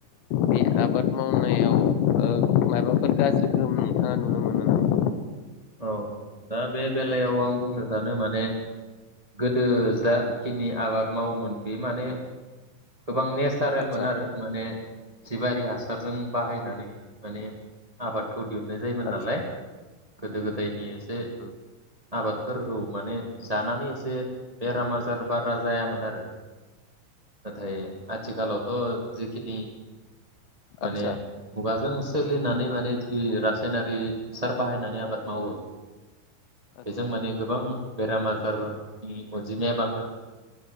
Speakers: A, on the left (about 75°); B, on the right (about 20°).
A: बे आबाद मावनायाव उह माबाफोर गाज्रि गोहोम नोंथाङा नुनो मोनो नामा
B: औ दा बे बेलायाव आं बुंनो सानो माने गोदो जाखिनि आबाद मावोमोन बे माने गोबां नेचारेलमोन
A: आदसा
B: आरो माने जिबारि हासार हासारजों बाहायनानै माने आबादखौ दिहुननाय जायोमोन
A: आदसा
B: नालाय गोदो गोदायनि एसे
A: उम
B: आबादफोरखौ माने जानानै एसे बेराम आजार बारा जायामोन आरो नाथाय आथिखालावथ' जिखिनि माने
A: आदसा
B: मुगाजों सोलिनानै माने जि रासायनारि हासार बाहायनानै आबाद मावो
A: आदसा
B: बेजों माने गोबां बेरामा हार अनजिमाया बांदों